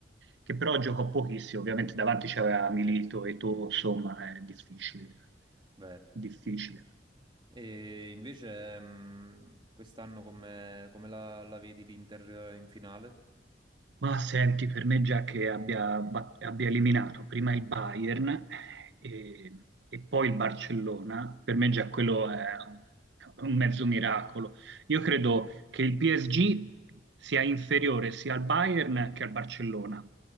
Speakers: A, on the right; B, on the right.
A: che però giocò pochissimo, ovviamente davanti c'era Milito
B: Sì.
A: e Eto'o, insomma, è difficile,
B: Vero.
A: difficile.
B: E invece mh, quest'anno come, come la, la vedi l'Inter eh, in finale?
A: Ma senti, per me già che abbia, ba- abbia eliminato prima il Bayern e, e poi il Barcellona, per me già quello è un mezzo miracolo. Io credo che il PSG sia inferiore sia al Bayern che al Barcellona,